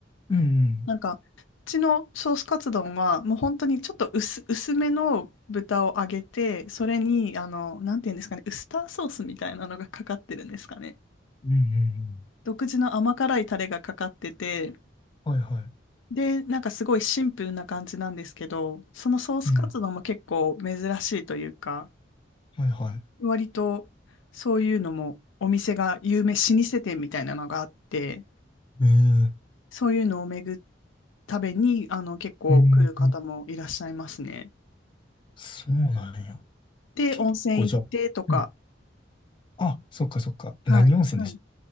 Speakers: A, on the left; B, on the left.
A: うんうん。
B: なんか、うちのソースカツ丼はもう本当にちょっと薄、薄めの豚を揚げて、それに、あの、なんていうんですかね、ウスターソースみたいなのがかかってるんですかね。
A: うん
B: 独自の甘辛いタレがかかってて、
A: はいは
B: で、なんかすごいシンプルな感じなんですけど、そのソースカツ丼も結構珍しいというか、
A: い。うん。はいはい。
B: 割とそういうのもお店が有名、老舗店みたいなのがあって、
A: ええ。
B: そういうのを巡るためにあの結構来る方もいらっしゃいますね。
A: うん。そうなんや。
B: で、
A: 結構じゃあ。
B: 温泉行ってとか、
A: うん。あ、そっかそっか。
B: はい、
A: 何温泉でし
B: はい。